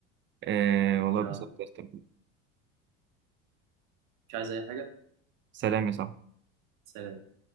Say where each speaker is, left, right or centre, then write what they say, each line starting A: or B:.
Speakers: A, on the right; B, on the right.
A: آه
B: إن
A: والله
B: شاء
A: اتبسطت
B: الله
A: يا أستاذ.
B: مش عايز أي حاجة
A: سلام يا صاحبي
B: سلام